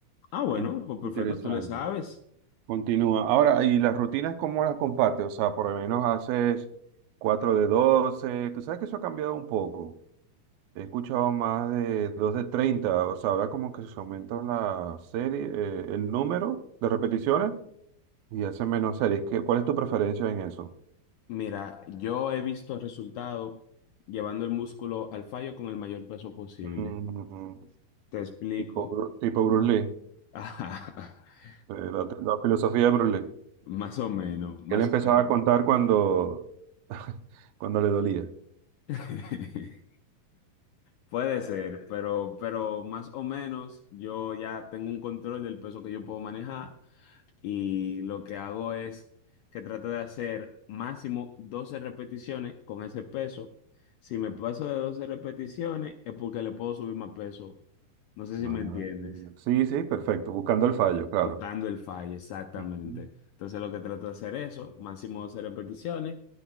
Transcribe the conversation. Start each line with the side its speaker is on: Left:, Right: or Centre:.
Left: Ah, bueno,
Right: Eh,
Left: pues perfecto,
Right: Interesante.
Left: tú le sabes.
Right: Continúa. Ahora, ¿y las rutinas cómo las compartes? O sea, por lo menos haces 4 de 12. Tú sabes que eso ha cambiado un poco. He escuchado más de 2 de 30, o sea, ahora como que se aumenta la serie, eh, el número de repeticiones y hace menos series. ¿Qué, cuál es tu preferencia en eso?
Left: Mira, yo he visto resultados llevando el músculo al fallo con el mayor peso posible.
Right: Mm,
Left: Te explico.
Right: Tipo, Bru- tipo Bruce Lee,
Left: <laughs>
Right: eh, la, la filosofía de Bruce Lee.
Left: Más o menos, más
Right: Él empezaba
Left: o
Right: a
Left: menos.
Right: contar cuando, <laughs> cuando le dolía.
Left: <laughs> Puede ser, pero, pero más o menos yo ya tengo un control del peso que yo puedo manejar y lo que hago es que trato de hacer máximo 12 repeticiones con ese peso. Si me paso de 12 repeticiones es porque le puedo subir más peso. No sé si
Right: Ah,
Left: me entiendes.
Right: sí, sí, perfecto, buscando el fallo, claro.
Left: Buscando el fallo, exactamente.
Right: Ujú.
Left: Entonces lo que trato de hacer eso, máximo 12 repeticiones